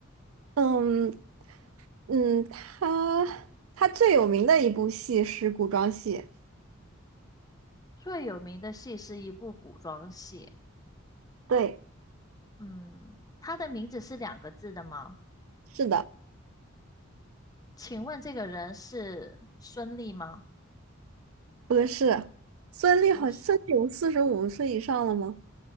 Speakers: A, on the right; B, on the left.
A: 嗯嗯，他他最有名的一部戏是古装戏，
B: 最有名的戏是一部古装戏，
A: 对，
B: 嗯，他的名字是两个字的吗？
A: 是的，
B: 请问这个人是孙俪吗？
A: 不是孙俪好，
B: 不是，
A: 孙俪有四十五岁以上了吗？